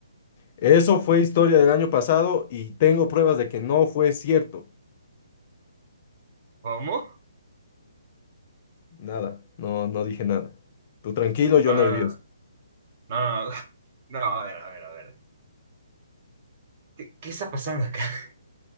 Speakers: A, on the left; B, on the right.
A: Eso fue historia del año pasado y tengo pruebas de que no fue cierto.
B: ¿Cómo?
A: Nada, no, no dije nada. Tú tranquilo, yo
B: No,
A: nervioso.
B: no, no, no, no. No, No, <laughs> No, a ver, a ver, a ver. ¿Qué, qué está pasando acá? <laughs>